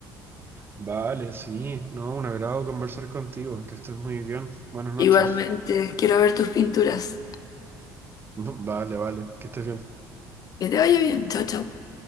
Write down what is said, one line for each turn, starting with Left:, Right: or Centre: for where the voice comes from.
Right: Vale, sí, no, un agrado conversar contigo, que estés muy bien. Buenas noches.
Left: Igualmente, quiero ver tus pinturas.
Right: <laughs> Vale, vale, que estés bien.
Left: Que te vaya bien. Chao, chao.